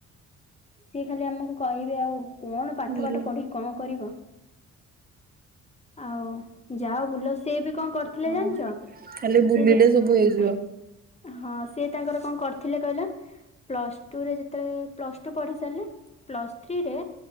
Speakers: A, on the left; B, on the right.
A: ସିଏ ଖାଲି ଆମକୁ କହିବେ ଆଉ କଣ ପାଠ
B: ଭଲ।
A: ପାଠ ପଢ଼ି କଣ କରିବ। ଆଉ ଯାଅ ବୁଲ ସିଏ ବି କଣ କରିଥିଲେ
B: ହଁ
A: ଜାଣିଛ
B: ଖାଲି ବୁଲିଲେ
A: ସେ ଯେ
B: ସବୁ ହେଇଯିବ।
A: ହଁ ସିଏ ତାଙ୍କର କଣ କରିଥିଲେ କହିଲା ପ୍ଲସ୍ ଟୁରେ ଯେତେବେଳେ ପ୍ଲସ୍ ଟୁ ପଢି ସାରିଲେ ପ୍ଲସ୍ ଥ୍ରୀରେ